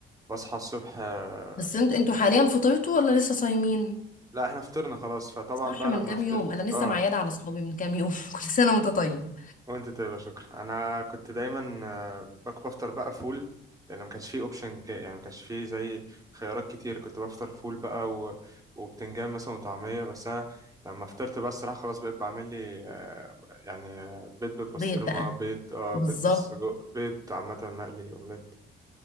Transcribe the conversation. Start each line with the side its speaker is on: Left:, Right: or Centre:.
Right: بصحى الصبح آه،
Left: بس انت انتوا حاليا فطرتوا ولا لسه صايمين
Right: لا احنا فطرنا خلاص فطبعا
Left: صح
Right: بقى
Left: من
Right: لما
Left: كام
Right: فطرت
Left: يوم انا لسه
Right: اه
Left: معياده على صحابي من كام يوم <laughs> كل سنه وانت طيب
Right: وانت طيب يا شكرا انا كنت دايما آه، باكل بفطر بقى فول لان ما كانش فيه اوبشن يعني ما كانش فيه زي خيارات كتير كنت بفطر فول بقى و... وبتنجان مثلا وطعميه بس انا لما فطرت بقى الصراحه خلاص بقيت بعمل لي آه، يعني آه، بيض بالبسطرمه
Left: بيض بقى
Right: بيض اه
Left: بالظبط
Right: بيض بالسجق بيض عامه مقلي اومليت